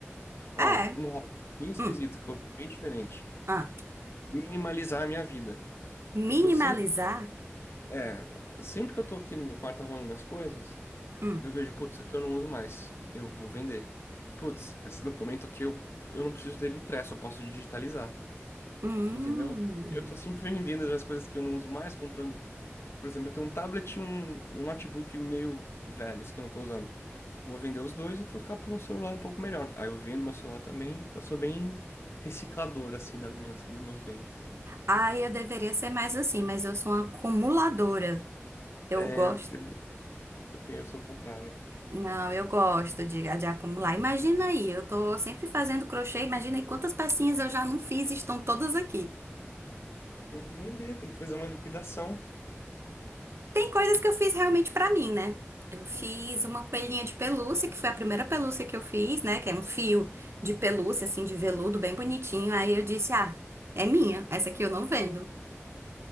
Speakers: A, on the left (about 65°); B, on the right (about 65°).
A: Ó,
B: É.
A: um hobby bem esquisito
B: Hum.
A: que eu tenho, bem diferente.
B: Ah.
A: Minimalizar a minha vida.
B: Minimalizar?
A: Eu tô sempre, é, sempre que eu tô aqui no meu quarto arrumando minhas coisas,
B: Hum.
A: eu vejo, putz, isso aqui eu não uso mais. Eu vou vender. Putz, esse documento aqui eu, eu não preciso dele impresso, eu posso digitalizar.
B: Hum.
A: Entendeu? Eu tô sempre <laughs> vendendo as coisas que eu não uso mais, comprando Por exemplo, eu tenho um tablet e um, e um notebook meio velhos que eu não tô usando. Vou vender os dois e trocar por um celular um pouco melhor. Aí eu vendo meu celular também. Eu sou bem reciclador, assim, das minhas, dos meus bens.
B: Ah, eu deveria ser mais assim, mas eu sou uma acumuladora. Eu
A: É,
B: gosto.
A: eu tenho, eu tenho- eu sou o contrário.
B: Não, eu gosto de, de acumular. Imagina aí, eu tô sempre fazendo crochê, imagina aí quantas pecinhas eu já não fiz e estão todas aqui.
A: Tem que vender, tem que fazer uma liquidação.
B: Tem coisas que eu fiz realmente pra mim, né? Eu fiz uma coelhinha de pelúcia, que foi a primeira pelúcia que eu fiz, né? Que é um fio de pelúcia, assim, de veludo, bem bonitinho. Aí eu disse, ah, é minha, essa aqui eu não vendo.